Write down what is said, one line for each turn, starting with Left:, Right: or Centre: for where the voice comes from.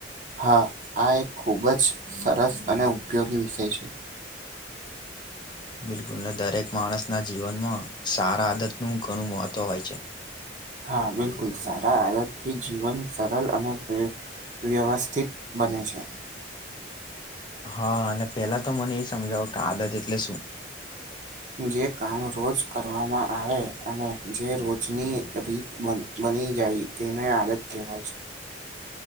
Right: હા આ એક ખૂબ જ સરસ અને ઉપયોગી વિષય છે.
Left: બિલકુલને દરેક માણસ ના જીવનમાં સારા આદત નું ઘણું મહત્વ હોય છે.
Right: હા બિલકુલ સારા આદતથી જીવન સરલ અને વ્યવસ્થિત બને છે.
Left: હા અને પેલા તો મને એ સમજાવો કે આદત એટલે શું?
Right: જે કામ રોજ કરવામાં આવે અને જે રોજની રીત બને બની જાય તેને આદત કહેવાય છે.